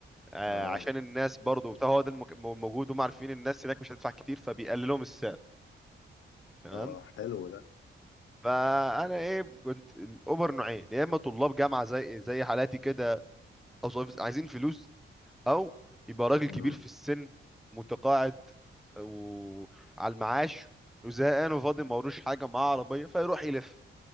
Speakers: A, in the centre; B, on the left (about 75°).
A: آه
B: اه
A: عشان الناس برضو بتاع هو ده المك... موجود هم عارفين الناس هناك مش هتدفع كتير فبيقللهم السعر تمام
B: اه حلو ده
A: فانا ايه كنت الاوبر نوعين يا اما طلاب جامعه زي زي حالاتي كده او صحاب- عايزين فلوس او يبقى راجل
B: اه
A: كبير في السن متقاعد وعلى المعاش وزهقان وفاضي ما وروش حاجه معاه عربيه فيروح يلف